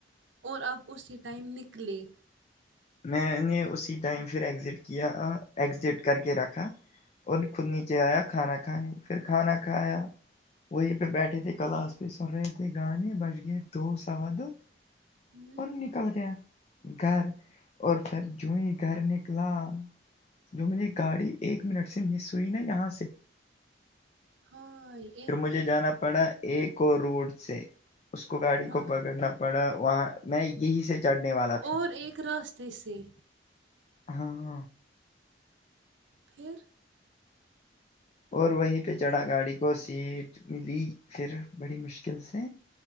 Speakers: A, on the right; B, on the left.
A: اور آپ اسی ٹائم نکلے
B: میں نے اسی ٹائم فر ایگزٹ کیا ا ایگزٹ کر کے رکھا اور خود نیچے آیا کھانا کھانے پھر کھانا کھایا وہیں پہ بیٹھے تھے کلاس پہ سن رہے تھے گانے بچ گئے دو سوا دو
A: ہوں
B: اور نکل گیا گھر اور پھر جوں گھر نکلا جو میری گاڑی ایک منٹ سے مس ہوئی نا یہاں سے
A: ہا یئی
B: پھر مجھے جانا پڑا ایک اور روڈ سے اس کو گاڑی کو
A: ہاں
B: پکڑنا پڑا وہاں میں یہی سے چڑھنے والا تھا
A: اور ایک راستے سے
B: ہاں
A: پھر
B: اور وہیں پہ چڑھا گاڑی کو سیٹ ملی پھر بڑی مشکل سے